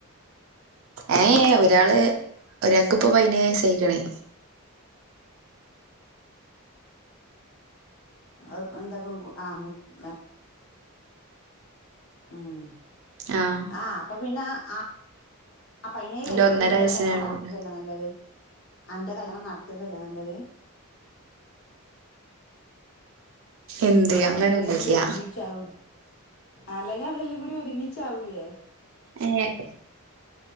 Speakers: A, on the right; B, on the left.
A: ഏയ് ഒരാള് ഒരാൾക്കിപ്പൊ പയിനെഴ് വയസ്സ് ആയിരിക്കാണ്
B: അത് എന്താപ്പ ആ മൂത്ത- ഉം
A: ആഹ്
B: ആഹ് അപ്പം പിന്നെ ആ പതിനേഴ്
A: എന്റെ
B: വയസ്സുണ്ടെങ്കിലെ
A: ഒന്നര വയസ്സിനാണ്
B: അന്റെ കല്ല്യാണം നടത്തിണ്ടല്ലോ നല്ലത് അന്റെ കല്യാണം നടത്തിണ്ടല്ലോ നല്ലത്
A: എന്ത് അങ്ങനൊന്നുല്ല
B: അങ്ങതെല്ലാം കൂടി ഒരുമിച്ചാവുല ആ അല്ലങ്കിൽ അതെല്ലാം കൂടി ഒരുമിച്ചാവൂലെ
A: ഏ <unintelligible>